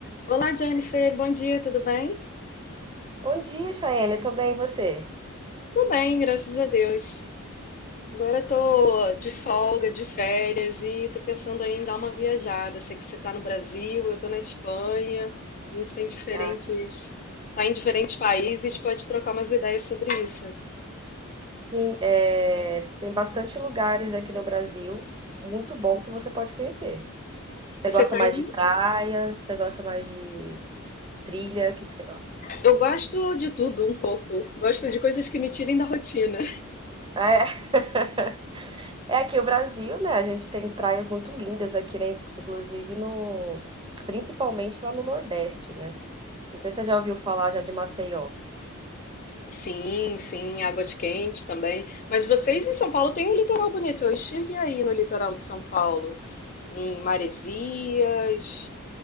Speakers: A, on the left (about 35°); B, on the right (about 20°).
A: Olá, Jennifer. Bom dia, tudo bem?
B: Bom dia, Chayane. Tô bem, e você?
A: Tô bem, graças a Deus. Agora tô de folga, de férias e tô pensando aí em dar uma viajada. Sei que você tá no Brasil, eu tô na Espanha. A gente tem diferentes,
B: Ah,
A: tá em diferentes países, pode trocar umas ideias sobre isso.
B: sim, é, tem bastante lugares aqui no Brasil muito bom que você pode conhecer.
A: Você
B: Você gosta
A: tá
B: mais
A: aí?
B: de praia? Você gosta mais de, de trilha? O que que você gosta?
A: Eu gosto de tudo um pouco. Gosto de coisas que me tirem da rotina.
B: É, <laughs> é aqui o Brasil, né? A gente tem praias muito lindas aqui, né? Inclusive no, principalmente lá no Nordeste, né? Não sei se você já ouviu falar já de Maceió.
A: Sim, sim, águas quentes também. Mas vocês em São Paulo têm um litoral bonito. Eu estive aí no litoral de São Paulo, em Maresias,